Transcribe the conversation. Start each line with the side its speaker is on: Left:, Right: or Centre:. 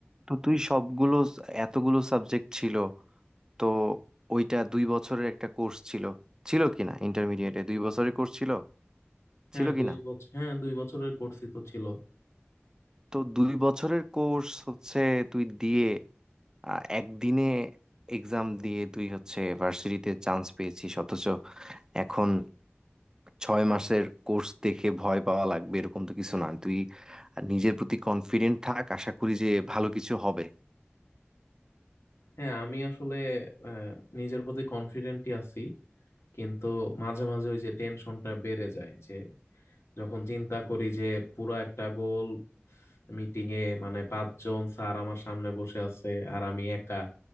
Right: তো তুই সবগুলো এতগুলো সাবজেক্ট ছিল তো ওইটা দুই বছরের একটা কোর্স ছিল ছিল কি না ইন্টারমিডিয়েটে দুই বছরের কোর্স ছিল
Left: হ্যাঁ
Right: ছিল কি
Left: দুই
Right: না
Left: বছর হ্যাঁ দুই বছরের কোর্সই তো ছিল
Right: তো দুই বছরের কোর্স হচ্ছে তুই দিয়ে আহ, একদিনে এক্সাম দিয়ে তুই হচ্ছে ভার্সিটিতে চান্স পেয়েছিস অথচ এখন ছয় মাসের কোর্স দেখে ভয় পাওয়া লাগবে এরকম তো কিছু না তুই নিজের প্রতি কনফিডেন্ট থাক আশা করি যে ভালো কিছু হবে
Left: হ্যাঁ আমি আসলে আহ, নিজের প্রতি কনফিডেন্টই আছি কিন্তু মাঝে মাঝে ওই যে টেনশনটা বেড়ে যায় যে যখন চিন্তা করি যে পুরা একটা গোল মিটিং এ মানে পাঁচজন স্যার আমার সামনে বসে আছে আর আমি একা